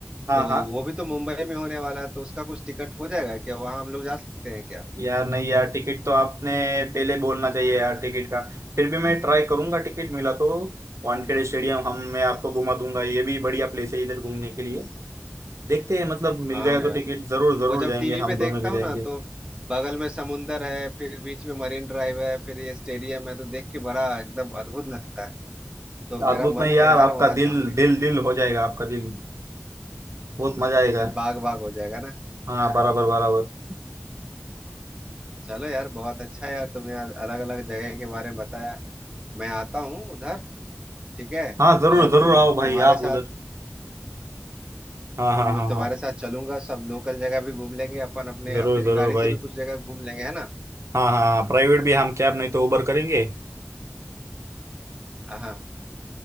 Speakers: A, on the right; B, on the right.
A: हाँ
B: तो
A: हाँ
B: वो भी तो मुंबई में होने वाला है तो उसका कुछ टिकट हो जाएगा क्या वहां हम लोग जा सकते हैं क्या
A: यार नहीं यार टिकट तो आपने पहले बोलना चाहिए यार टिकट का फिर भी मैं ट्राई करूंगा टिकट मिला तो वानखेड़े स्टेडियम हम मैं आपको घुमा दूंगा ये भी बढ़िया प्लेस है इधर घूमने के लिए देखते हैं मतलब मिल
B: हाँ
A: गया तो
B: यार
A: टिकट जरूर जरूर
B: वो जब
A: जाएंगे
B: टीवी
A: हम
B: पे देखता
A: दोनों भी
B: हूँ
A: जाएंगे
B: ना तो बगल में समुंदर है फिर बीच में मरीन ड्राइव है फिर ये स्टेडियम है तो देख के बड़ा एकदम अद्भुत लगता है तो
A: अद्भुत
B: मेरा मन
A: नहीं यार
B: है यार
A: आपका
B: वहां जाऊं
A: दिल
B: एक
A: दिल
B: बार
A: दिल हो जाएगा आपका दिल बहुत मजा आएगा
B: दिल बाग बाग हो जाएगा ना
A: हाँ बराबर बराबर
B: चलो यार बहुत अच्छा है यार तुमने अलग अलग जगह के बारे में बताया मैं आता हूँ उधर ठीक है
A: हाँ जरूर
B: और
A: जरूर
B: फिर
A: आओ भाई
B: तुम्हारे
A: आप
B: साथ
A: उधर हाँ हाँ
B: तुम
A: हाँ हाँ
B: तुम्हारे साथ चलूंगा सब लोकल जगह भी घूम लेंगे अपन अपने
A: जरूर
B: अपनी
A: जरूर
B: गाड़ी
A: भाई
B: से भी कुछ जगह घूम लेंगे है ना
A: हाँ हाँ हाँ प्राइवेट भी हम कैब नहीं तो उबर करेंगे
B: हाँ